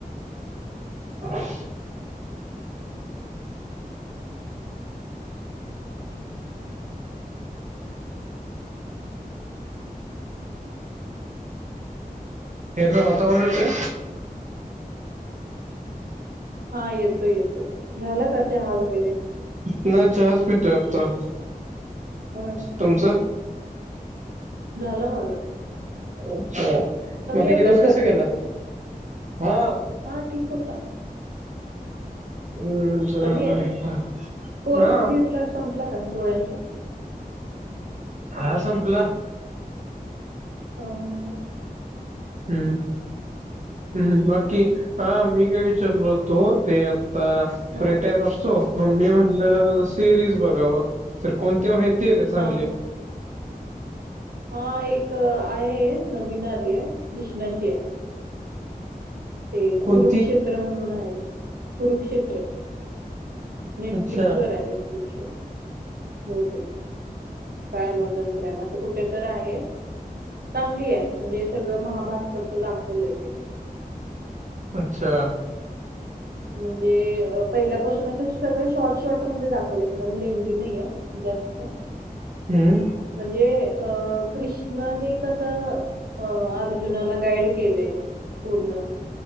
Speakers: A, on the right; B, on the right.
A: हम्मं हॅलो आंता आवांज येतोय
B: हां येतोय येतोय झालां कां चहा वगैरें
A: नाहीं चहाज पीतोय आंत्ता
B: होय
A: तुमचां
B: झालं माझं
A: अच्छा बाकी
B: आहे
A: दिवसं
B: का
A: असां गेलां हां
B: हां ठीकं होतां.
A: हम्मं चाले
B: कमी आहे
A: हं
B: कोर्स
A: हां
B: घेतला संपला कां गोळ्यांचा
A: हां संपला.
B: हं हां हं
A: हम्मं हम्मं बाकी हां मी कायं विचांरणांर होतो ते आतां
B: हा
A: फ्री टाईम असतो मगं मी म्हटलं सिरीज बघावं तरं कोणंती आहे चांगली माहितीय आहे कां
B: हा
A: चांगली
B: हां एक आहे नवीन आंली आहे कृष्णाची आहे. ते
A: कोणती?
B: कुंरुक्षेत्र म्हणूंन आहे कुंरुक्षेत्र. नेटफ्लिक्स
A: अच्छा
B: वरं आहे बहुंतेक. कायं अमेझॉन प्रेम असं कुंठे तरं आहे चांगली आहे म्हणजे सगळं महांभारत तसलं दाखवलं ते.
A: अच्छा.
B: म्हणजे पहिल्यांपासूनचं सगळं शॉर्ट शॉर्ट दाखवलं एकदंम लेंडी नाहीं जास्तं
A: हम्मं
B: म्हणजे अं कृष्णांने कसं अं अर्जुनांला गाईड केले पूर्ण.